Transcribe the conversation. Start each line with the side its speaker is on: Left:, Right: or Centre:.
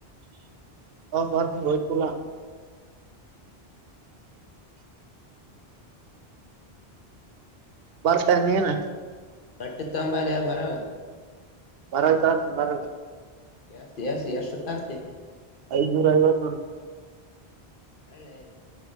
Right: ಹ ಬರ್ತ ತುಲ ಬರ್ತಾನ ನೀನ್
Left: ಬಟ್ಟು ತಂಬಾಲ ಬರ
Right: ಬರ ಸ ಮರ
Left: ಎಸ್ ಎಸ್ ಎಸ್ ಸು ತಾರ್ತೆ
Right: ಐದನೂರ ಐವ ತ
Left: ಎಳ್ಳೆ